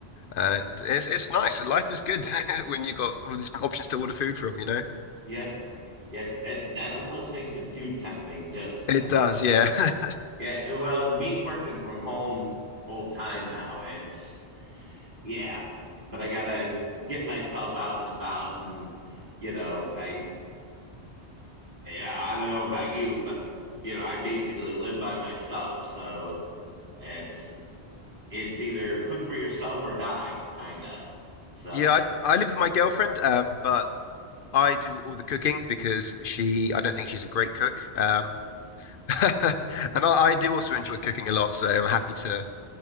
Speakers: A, on the left; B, on the right.
A: and it's it's nice. Life is good <laughs> when you've got all these options to order food from, you know.
B: yep, yep. That that almost makes it too tempting. Just
A: It
B: uh,
A: does, yeah. <laughs>
B: yeah. Well, me working from home full time now, it's yeah. But I gotta get myself out and about, and you know, I yeah, I don't know about you, but you know, I basically live by myself, so it's it's either cook for yourself or die, kinda. So
A: Yeah, I I live with my girlfriend, um, but I do all the cooking because she, I don't think she's a great cook. Um, <laughs> and I, I do also enjoy cooking a lot, so I'm happy to